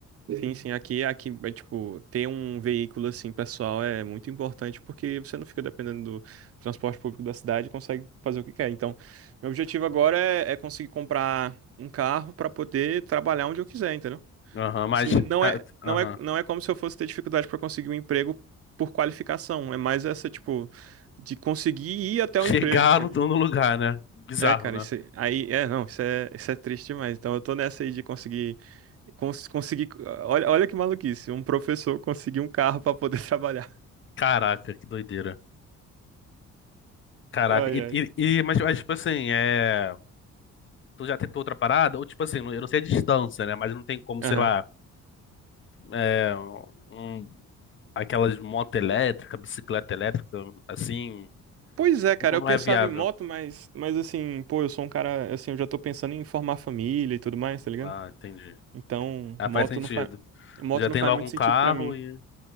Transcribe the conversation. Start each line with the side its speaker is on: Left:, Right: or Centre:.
Right: Sim, sim, aqui, aqui, é, tipo, ter um veículo, assim, pessoal é muito importante porque você não fica dependendo do transporte público da cidade e consegue fazer o que quer. Então, meu objetivo agora é, é conseguir comprar um carro para poder trabalhar onde eu quiser, entendeu?
Left: Aham, mas,
Right: Assim, não
Left: ah,
Right: é,
Left: aham,
Right: não é, não é como se eu fosse ter dificuldade para conseguir um emprego por qualificação, é mais essa, tipo, de conseguir ir até
Left: chegar
Right: o emprego, entende?
Left: no, no lugar, né? Bizarro,
Right: É, cara,
Left: né?
Right: isso aí, aí- é, não, isso é, isso é triste demais. Então eu tô nessa aí de conseguir cons- conseguir, olha, olha que maluquice, um professor conseguir um carro pra poder <laughs> trabalhar.
Left: Caraca, que doideira. Caraca,
Right: Ai,
Left: e,
Right: ai.
Left: e, e- mas, mas, tipo assim, é. Tu já tentou outra parada? Ou tipo assim, eu não sei a distância, né? Mas não tem como,
Right: Aham.
Left: sei lá, é, um- aquelas moto elétrica, bicicleta elétrica, assim,
Right: Pois é, cara,
Left: ou
Right: eu
Left: não
Right: pensava
Left: é viável?
Right: em moto, mas mas assim, pô, eu sou um cara, assim, eu já tô pensando em formar família e tudo mais, tá ligado?
Left: Ah, entendi.
Right: Então,
Left: Entendi. Ah,
Right: moto
Left: faz sentido.
Right: não faz moto
Left: Tu já
Right: não
Left: tem
Right: faz
Left: logo
Right: muito
Left: um
Right: sentido
Left: carro
Right: pra mim.
Left: e.